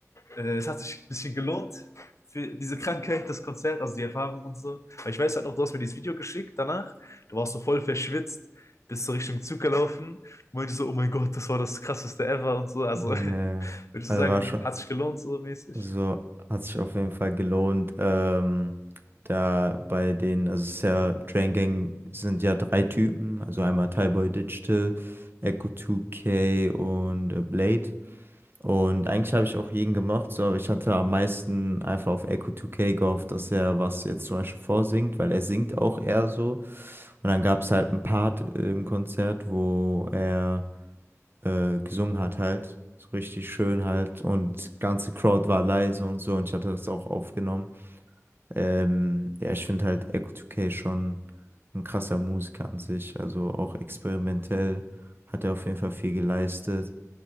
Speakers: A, on the left (about 60°); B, on the right (about 40°).
A: äh, es hat sich ein bisschen gelohnt für diese Krankheit, das Konzert, also die Erfahrung und so? Weil ich weiß halt noch, du hast mir dieses Video geschickt danach. Du warst so voll verschwitzt, bist so Richtung Zug gelaufen, meinte so, oh mein Gott, das war das krasseste ever und so. Also
B: Nee,
A: <laughs> würdest
B: also
A: du sagen,
B: war schon,
A: hat sich gelohnt so mäßig?
B: also hat sich auf jeden Fall gelohnt. Ähm, da bei den, also es ist ja, Drain Gang sind ja drei Typen, also einmal Tyboy Digital, Echo 2K und äh, Blade. Und eigentlich habe ich auch jeden gemocht, so, aber ich hatte am meisten einfach auf Echo 2K gehofft, dass er was jetzt zum Beispiel vorsingt, weil er singt auch eher so. Und dann gab es halt ein Part im Konzert, wo er äh, gesungen hat halt. So richtig schön halt. Und ganze Crowd war leise und so. Und ich hatte das auch aufgenommen. Ähm, ja, ich finde halt Echo 2K schon ein krasser Musiker an sich. Also auch experimentell hat er auf jeden Fall viel geleistet.